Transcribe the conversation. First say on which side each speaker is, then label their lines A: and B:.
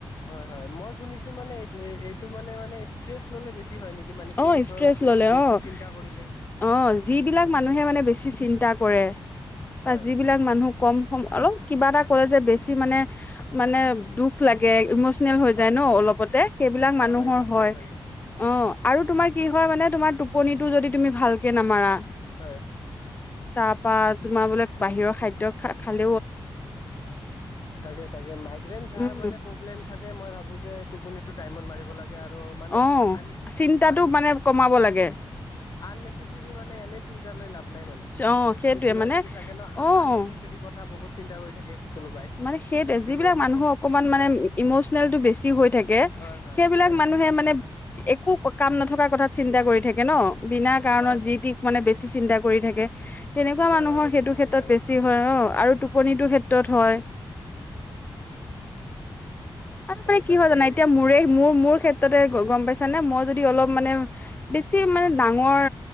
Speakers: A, on the left; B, on the left.
A: হয়-হয় মই শুনিছো মানে, এইটো মানে মানে ষ্ট্ৰেছ ল'লে বেছি হয় নেকি মানে
B: অ'
A: টেনচন
B: ষ্ট্ৰেচ ল'লে
A: বেছি
B: অ'-অ'
A: চিন্তা কৰিলে
B: যিবিলাক মানুহে মানে বে বেছি চিন্তা কৰে বা
A: হয়
B: যিবিলাক মানুহ কম সম অলপ কিবা এটা কৰে যে বেছি মানে মানে দুখ লাগে ইমচ হৈ
A: হয়
B: যায় ন অলপতে সেইবিলাক
A: হয়
B: মানুহৰ
A: ইমচনেল
B: হয়
A: হৈ যায়
B: অ' আৰু তোমাৰ কি হয় মানে, তোমাৰ টোপনিটো যদি তুমি ভালকে নামাৰা।
A: হয়।
B: তাৰপা তোমাৰ বোলে বাহিৰৰ খাদ্য খা খালে।
A: তাকে তাকে মাইগ্ৰেন যাৰ
B: উম
A: মানে প্ৰব্লেম থাকে মই ভাবো যে টোপনিটো টাইমত মাৰিব লাগে আৰু মানে
B: অ
A: আন-
B: চিন্তাটো
A: আন
B: মানে কমাব লাগে
A: আননেচেচাৰী মানে এনে চিন্তা লৈ লাভ নাই মানে
B: অ সেইটোয়ে
A: কি কিবা
B: মানে
A: কিবি থাকে ন'
B: অ
A: আননেচেচৰী কথা বহুত চিন্তা কৰি থাকে। কোনোবাই
B: মানে সেই
A: কিছুমান
B: যিবিলাক
A: থাকে
B: মানুহৰ অকমান মানে
A: হয়
B: ইমচনেলটো বেছি হৈ থাকে
A: হয় হয়
B: সেইবিলাক
A: হয়
B: মানে মানুহে মানে একো কাম নথকা কথা থাকে ন বিনা কাৰণত
A: হয় হয়
B: যি-টি মানে বেছি চিন্তা কৰি থাকে। তেনেকুৱা
A: বিনা
B: মানুহৰ
A: কাৰণত
B: সেইটো
A: যি টি
B: ক্ষেত্ৰত
A: চিন্তা
B: বেছি
A: কৰি
B: বেছি
A: থাকে
B: হয় অ' আৰু টোপনিতো ক্ষেত্ৰত হয়।
A: <inaudible>
B: আৰু
A: সেই
B: মানে কি
A: তাকেই
B: হয় জানা, এতিয়া মোৰে মোৰ মোৰ ক্ষেত্ৰতে গম পাইছানে মই যদি অলপ মানে বেছি মানে ডাঙৰ